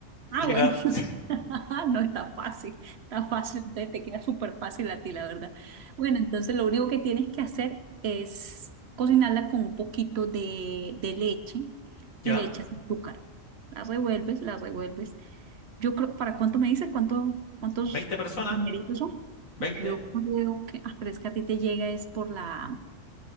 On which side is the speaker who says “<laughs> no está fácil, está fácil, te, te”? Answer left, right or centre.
Right